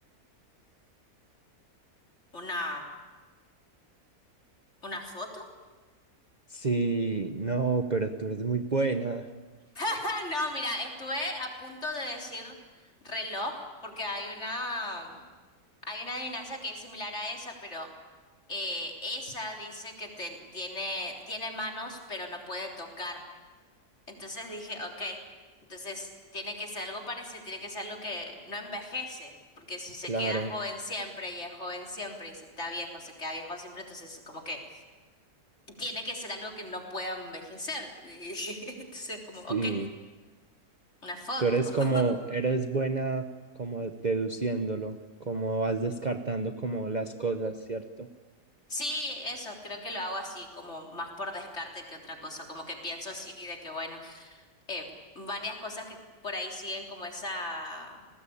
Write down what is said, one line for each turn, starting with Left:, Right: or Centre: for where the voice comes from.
Left: ¿Una, una foto?
Right: Sí, no, pero tú eres muy buena.
Left: <laughs> No, mira, estuve a punto de decir reloj porque hay una, mm, hay una adivinanza que es similar a esa, pero eh, esa dice que te- tiene, tiene manos pero no puede tocar. Entonces dije, ok, entonces tiene que ser algo parecido, tiene que ser algo que no envejece, porque si se
Right: Claro,
Left: queda joven siempre y es joven siempre y si está viejo se queda viejo siempre, entonces como que tiene que ser algo que no pueda envejecer. <laughs> Entonces, como,
Right: sí.
Left: ok, una foto.
Right: Tú eres
Left: <laughs>
Right: como, eres buena como deduciéndolo, como vas descartando como las cosas, ¿cierto?
Left: Sí, eso, creo que lo hago así, como más por descarte que otra cosa, como que pienso así de que, bueno, eh, varias cosas que por ahí siguen como esa,